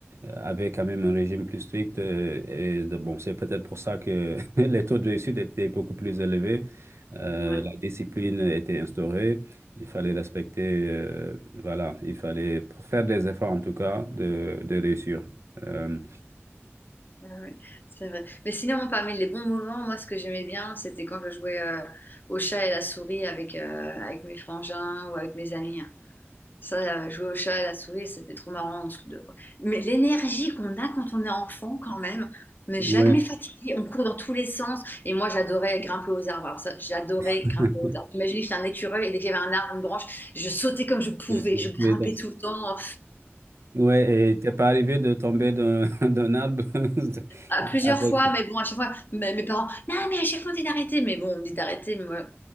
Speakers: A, on the right (about 70°); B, on the left (about 45°).
A: avaient quand même un régime plus strict. euh, et de- bon, c'est peut-être pour ça que <laughs> les taux de réussite étaient beaucoup plus élevés. Euh,
B: Ouais,
A: la discipline était instaurée. Il fallait respecter. euh, voilà, il fallait faire des efforts, en tout cas, de, de réussir. Euh,
B: ouais, ouais, c'est vrai. Mais sinon, parmi les bons moments, moi, ce que j'aimais bien, c'était quand je jouais euh, au chat et la souris avec, euh, avec mes frangins ou avec mes amis. Ça, euh, jouer au chat, à la souris, c'était trop marrant. On se- de- Mais l'énergie qu'on a quand on est enfant, quand même, on n'est jamais
A: ouais.
B: fatigué, on court dans tous les sens. Et moi, j'adorais grimper aux arbres. Alors ça, j'adorais
A: <laughs>
B: grimper aux arbres. Imaginez, j'étais un écureuil et dès qu'il y avait un arbre, une branche, je sautais comme je pouvais,
A: C'est- c'est
B: je
A: ce
B: grimpais
A: dans-
B: tout le temps,
A: Ouais, et t'es pas arrivé de tomber d'un <laughs> d'un arbre <laughs>
B: à plusieurs
A: avec.
B: fois. Mais bon, à chaque fois, mes, mes parents, non, mais à chaque fois, on dit d'arrêter. Mais bon, on me dit d'arrêter, mais moi,